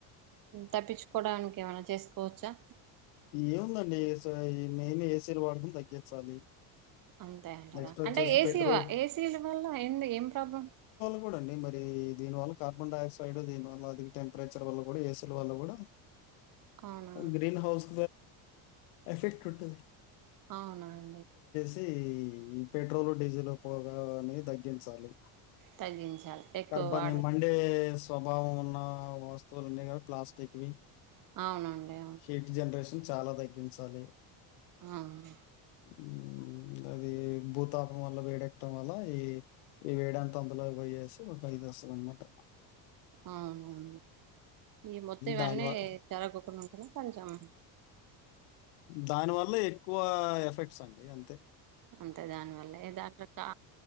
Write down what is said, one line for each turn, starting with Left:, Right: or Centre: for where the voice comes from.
Right: తప్పించుకోవడానికి ఏమైనా చేసుకోవచ్చా
Left: ఏముందండి అసల్ ఈ మెయిన్ ఏసీలు వాడకం తగ్గించాలి
Right: అంతే అంటారా
Left: నెక్స్ట్ వచ్చేసి
Right: అంటే ఏసీ
Left: పెట్రోల్
Right: ఏసీ వల్ల ఏంది ఏం ప్రాబ్లం
Left: చూడి మరి దీని వల్ల కార్బన్ డైఆక్సైడ్ దీని వల్ల అది టెంపరేచర్ వల్ల కూడా ఏసీ ల వల్ల కూడా
Right: అవునా
Left: గ్రీన్ హౌస్ ఎఫెక్ట్ ఉంటుంది
Right: అవునా అండి
Left: -తే ఈ పెట్రోల్ డీజిల్ పోగ అన్ని తగ్గించాలి
Right: తగ్గించాలి ఎక్కువ
Left: కర్బని
Right: వాడదు
Left: మండే స్ స్వభావం ఉన్న వస్తువులున్నాయి కదా ప్లాస్టీక్ వి
Right: అవునండి అవును
Left: హీట్ జనరేషన్ చాలా తగ్గించాలి
Right: అవును
Left: - ఉ అది భూతాపం వల్ల వేడెక్కడం వల్ల ఈ ఈ వేడంత అందులో పోయేసి ఒక ఇది వస్తది అన్ మాట
Right: అవునవును ఈ మొత్తం ఇవన్నీ
Left: దాని వల్ల
Right: జరగకుండా కొంచం
Left: దాని వల్ల ఎక్కువ ఎఫెక్ట్ సండి అంతే
Right: అంతే దాని వల్లే ఏ దాటాట